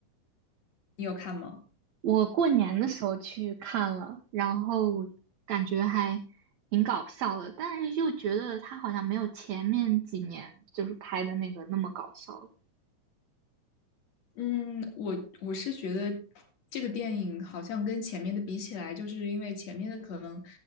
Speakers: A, on the left; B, on the right.
A: 你有看吗？
B: 我过年的时候去看了，然后感觉还挺搞笑的，但是又觉得他好像没有前面几年就是拍的那个那么搞笑了。
A: 嗯，我我是觉得这个电影好像跟前面的比起来，就是因为前面的可能